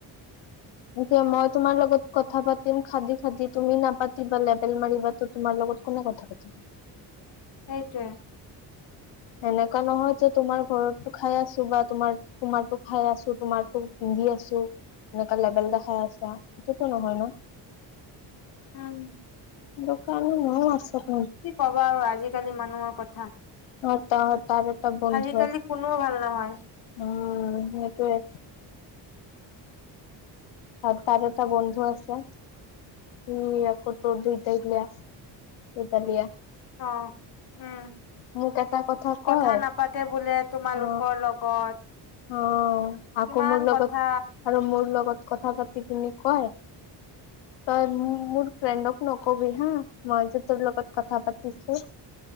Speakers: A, on the left (about 85°); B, on the left (about 55°).
A: এতিয়া মই তোমাৰ লগত কথা পাতিম খাদি-খাদি, তুমি নাপাতিবা, লেবেল মাৰিবা। ত' তোমাৰ লগত কোনে কথা পাতিব?
B: টোৱে
A: এনেকুৱা নহয় যে, তোমাৰ ঘৰতো খাই আছো বা তোমাৰ-তোমাৰতো খাই আছো। তোমাৰতো পিন্ধি আছো। এনেকুৱা লেবেল দেখাই আছা, সেইটোতো নহয় ন?
B: উম।
A: দোকান <unintelligible>
B: কি ক'বা আৰু! আজিকালি মানুহৰ কথা!
A: অ ত হয় ত এটা বন্ধু
B: আজিকালি
A: আ
B: কোনো ভাল নহয়
A: উ উম সেইটোৱে আৰু তাৰ এটা বন্ধু আছে উ আকৌ তোৰ দুইটাই লিয়া দুইটা লিয়া
B: অ উম
A: মোক এটা কয়
B: কথা নাপাতে বোলে তোমালোকৰ
A: অ
B: লগত।
A: অ আকৌ
B: কিমান
A: মোৰ লগত
B: কথা
A: আৰু মোৰ। তোৰ লগত কথা পাতি কি কয় তই মোৰ ফ্ৰেণ্ডক নকবি হা মই যে তোৰ লগত কথা পাতিছো